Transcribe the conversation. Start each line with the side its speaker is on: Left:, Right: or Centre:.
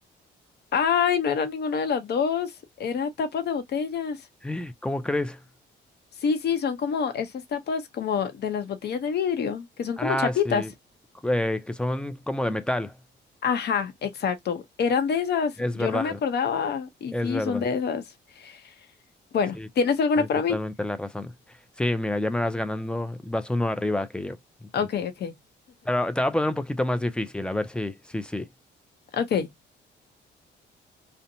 Left: Ay, no era ninguna de las dos, era tapas de botellas.
Centre: <laughs> ¿Cómo crees?
Left: Sí, sí, son como esas tapas como de las botellas de vidrio, que son
Centre: Ah,
Left: como chapitas.
Centre: sí. eh, que son como de metal.
Left: Ajá, exacto. Eran de esas.
Centre: Es
Left: Yo
Centre: verdad,
Left: no me acordaba. Y
Centre: es
Left: sí,
Centre: verdad.
Left: son de esas. Bueno,
Centre: Sí,
Left: ¿tienes alguna
Centre: es
Left: para
Centre: totalmente
Left: mí?
Centre: la razón. Sí, mira, ya me vas ganando, vas uno arriba que yo. Entonces,
Left: Ok, ok,
Centre: pero te voy a poner un poquito más difícil, a ver si, sí, sí.
Left: ok.